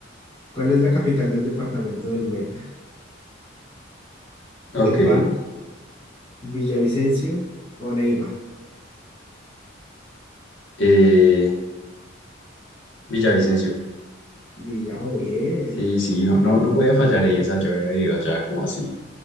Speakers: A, on the left (about 25°); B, on the left (about 80°).
A: ¿Cuál es la capital del departamento del Meta? ¿Yopal,
B: Ok.
A: Villavicencio o Neiva?
B: eh, Villavicencio.
A: Villao bien.
B: Sí, sí, no, no, no voy a fallar esa, yo había ido allá como así.